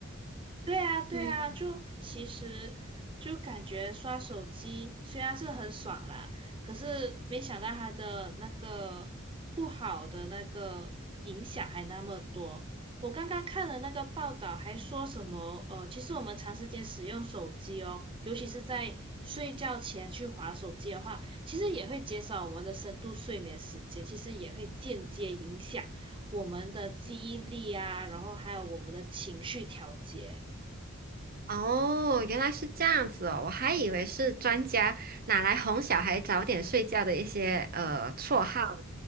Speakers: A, on the right; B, on the right.
A: 对啊，对啊，
B: 嗯。
A: 就其实就感觉刷手机虽然是很爽啦，可是没想到它的那个不好的那个影响还那么多。我刚刚看了那个报道，还说什么呃，其实我们长时间使用手机哦，尤其是在睡觉前去划手机的话，其实也会减少我们的深度睡眠时间，其实也会间接影响我们的记忆力啊，然后还有我们的情绪调节。
B: 哦，原来是这样子哦，我还以为是专家拿来哄小孩早点睡觉的一些呃绰号，